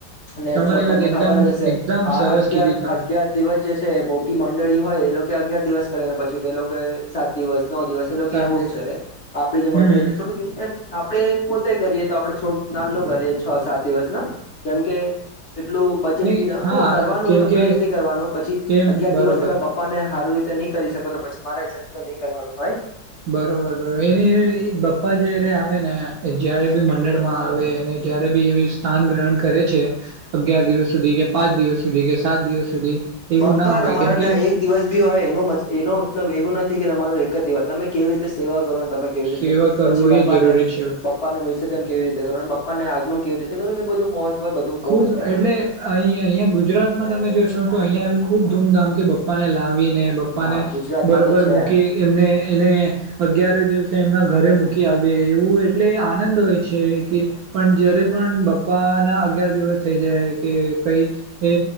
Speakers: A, on the left (about 50°); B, on the right (about 70°).
A: ને
B: તમારી
A: છો તમને
B: વાત એકદમ
A: ખબર જ હશે
B: એકદમ
A: આ
B: સરસ
A: અગયાર
B: કીધી તમે
A: અગયાર દિવસ જે છે એ મોટી મંડળી હોય એ લોકો કે અગિયાર દિવસ કરે ને પછી પે લોકો સાત દિવસ ન દિવસ એ લોકો
B: સાદે
A: એવું જ કરે આપે જે
B: હમ
A: મંડળી છે થોડુંક એમ આપડે પોતેય કરીએ તો આપડે થોડ ના કરી છ સાત દિવસ ના કેમકે એટલું બજેટ
B: નહી
A: બી ના
B: હા
A: કરવાનું
B: કેમ
A: તો
B: કે
A: પ્રેમ થી કરવાનું પછી
B: કેમ
A: અગિયાર
B: બરોબર
A: દિવસ તમે પપ્પા ને હારવી તે નહી કરી શકો તો પછી મારા હિસાબથી તો નહીં કરવાનું
B: બ બરોબર બરોર એને પપ્પા જ આવે ને એ જયારે બી
A: હોય
B: મંડળ માં આવે અને જયારે એ સ્થાન ગ્રહણ કરે છે અગિયાર દિવસ સુધી કે પાંચ દિવસ સુધી કે સાત દિવસ સુધી એવું
A: બપ્પા
B: ના હોય
A: તમારે
B: કેમ કે
A: ત્યાં એક દિવસ બી હોય એનો એનો મતલબ એવું નથી કે કે તમારરો એક જ દિવસ તમે કેવી રીતે સેવા કરો તમે કેવી રીતે
B: સેવા કરવું
A: પછી પપ્પાને
B: એ જરૂરી છે
A: પપ્પાનું વિસર્જન કેવી રીતે કરો પપ્પાને આગમન કેવી રીતે કરું એ બધું મહત્વ બધું
B: ખુબ
A: બહુ છે
B: એટલે અ અહિયાંયા ગુજરાતમાં તમે જોશો તો અહિયાયા ખુબ ધૂમધામથી પપ્પાને લાવીને ને પપ્પા
A: હા
B: ને
A: ગુજરાતમાં
B: બરોબર
A: તો છે
B: મૂકી એમને એને અગયાર દિવસે એમના ઘરે મૂકી આવીએ એવું એટલે આનંદ હોય છે કે પણ જ્યારે પણ પપ્પાના અગાર દિવસ થઇ જાય કે કઈ એ